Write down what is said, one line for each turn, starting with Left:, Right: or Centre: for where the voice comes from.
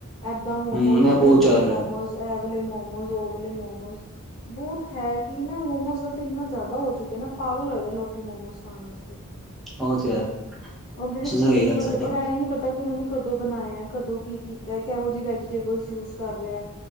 Left: ਏਦਾ ਮੋਮੋਸ
Centre: ਹਮ ਇਹ ਬਹੁਤ
Left: ਕੁਰਕਰੇ
Centre: ਚੱਲ ਰਿਹਾ
Left: ਮੋਮੋਜ਼। ਐ ਵਲੇ ਮੋਮੋਸ ਓ ਵਲੇ ਮੋਮੋਜ਼ ਬੋਤ ਹੈ। ਕੀ ਨਾ ਮੋਮੋਸ ਦਾ ਤੇ ਇੰਨਾ ਜਾਦਾ ਹੋ ਚੁੱਕਆ ਨਾ ਪਾਗਲ ਹੋਏ ਦੇ ਲੋਕੀ ਮੋਮੋਸ ਖਾਨ ਵਸਤੇ।
Centre: ਉਹ ਤੇ ਹੈ
Left: ਓ ਜੇੜੇ
Centre: ਸਹੀ
Left: ਸਟੀਮ
Centre: ਗੱਲ
Left: ਵਲੇ
Centre: ਸਾਡੀ
Left: ਔਰ ਐ ਈ ਨੀ ਪਤਾ ਕੀ ਓਨਾ ਨੇ ਕਦੋ ਬਨਾਏ ਆ ਕਦੋ ਕੀ ਕੀਤਾ ਏ ਕੇਹੋ ਜੀ ਵੈਜੀਟੇਬਲਸ ਯੂਜ਼ ਕਰ ਰਿਆ ਐ।